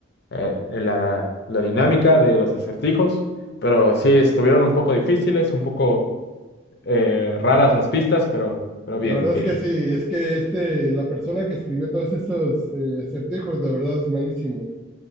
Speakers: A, on the left; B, in the centre.
A: eh, la, la dinámica de los acertijos, pero sí estuvieron un poco difíciles, un poco eh, raras las pistas, pero, pero bien,
B: La verdad
A: bien.
B: es que sí, es que este, la persona que escribió todos esos eh, acertijos, de verdad es malísimo.